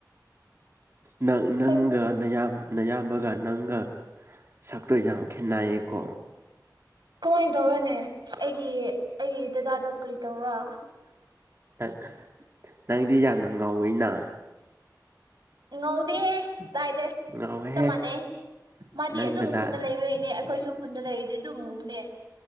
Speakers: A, on the right; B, on the right.
A: ꯅꯪꯪ ꯅꯪꯒ
B: ꯍꯣꯏ
A: ꯅꯌꯥꯝ ꯅꯌꯥꯝꯕꯒ ꯅꯪꯒ ꯁꯛꯇꯣ ꯌꯥꯝ ꯈꯦꯠꯅꯩꯌꯦꯀꯣ
B: ꯀꯃꯥꯏꯅ ꯇꯧꯔꯅꯦ ꯑꯩꯒꯤ ꯑꯩꯒꯤ ꯗꯗꯥꯗꯣ ꯀꯔꯤ ꯇꯧꯔ
A: ꯅ ꯅꯪꯗꯤ ꯌꯥꯝꯅ ꯉꯧꯋꯤꯅ
B: ꯉꯧꯗꯤꯍꯦ ꯗꯥꯏꯗ
A: ꯉꯧꯋꯦꯍꯦ
B: ꯆꯞ ꯃꯥꯟꯅꯩ ꯃꯥꯗꯤ
A: ꯅꯪ
B: ꯑꯗꯨꯝ
A: ꯗꯗꯥ
B: ꯈꯨꯟꯗ ꯂꯩꯕꯩꯏꯅꯦ ꯑꯈꯣꯏꯁꯨ ꯈꯨꯟꯗ ꯂꯩꯔꯗꯤ ꯑꯗꯨꯝꯃꯨꯕꯅꯦ